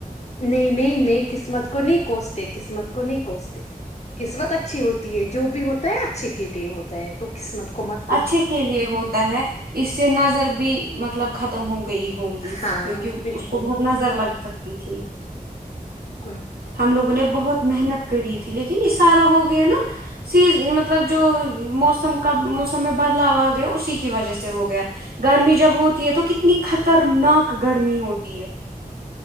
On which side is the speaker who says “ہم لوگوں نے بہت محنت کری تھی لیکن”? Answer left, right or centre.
Right